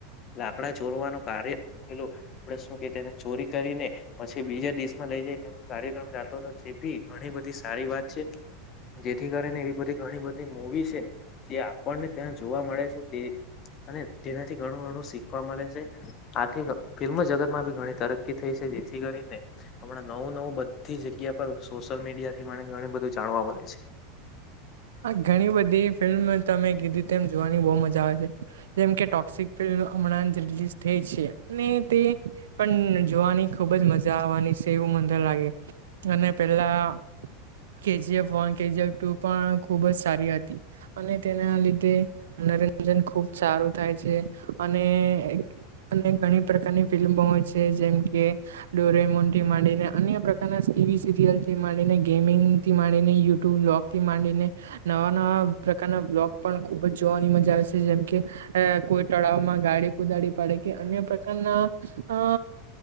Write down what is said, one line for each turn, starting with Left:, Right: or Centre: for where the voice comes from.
Left: લાકડા ચોરવાનું કાર્ય પેલું આપડે શું કે તેને ચોરી કરીને પછી બીજા દસમાં લઈ જાય તેનો કાર્યક્રમ આટલો એ ભી ઘણી બધી સારી વાત છે જેથી કરીને એવી બધી ઘણી બધી મવી છે જે આપણને ત્યાં જોવા મળે છે તે અને જેનાથી ઘણું ઘણું શીખવા મળે છે આથી ફિલ્મ જગત માં બી ઘણી તરક્કી થઈ છે જેથી કરીને આપણા નવું નવું બધી જગ્યા પણ સોશિયલ મીડિયા થી મને ઘણ બધું જાણવા મળે છે
Right: આ ઘણી બધી ફિલ્મ તમે કીધી તેમ જોવાની બહુ મજા આવે છે જેમ કે ટોક્સિક ફિલ્મ હમણાં જ રલીઝ થઈ છે અને તે પણ જોવાની ખુબ જ મજા આવવાની છે એવું મંદર લાગે અને પેલા કેજીએફ વન કેજીએફ ટુ પણ ખુબ જ સારી હતી અને તેના લીધે મનોરંજન ખુબ સારું થાય છે અને અને ઘણી પ્રકારની ફિલ્મો હોય છે જેમ કે ડોરે મોઢી માંડીને અન્ય પ્રકારના ટીવી સિરિયલ થીને ગેમિંગ થી ને યુ લોગ થી માંડીને નવા નવા પ્રકારના્ બ્લોગ પણ ખુબ જ જોવાની મજા આવે છે જેમ કે એ કોઈ તળાવમાં ગાડી કુદાડી પડે કે અન્ય પ્રકારના અ